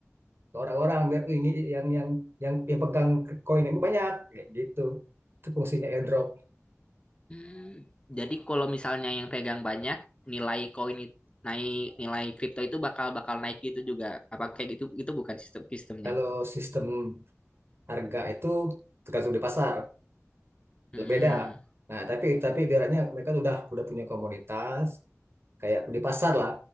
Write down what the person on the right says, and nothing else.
ke orang-orang biar ini yang yang yang yang pegang koin kami banyak kayak gitu. Itu fungsinya airdrop.
Kalau sistem harga itu tergantung di pasar.
beda. Nah, tapi tapi ibaratnya mereka sudah udah punya komunitas kayak di pasar lah.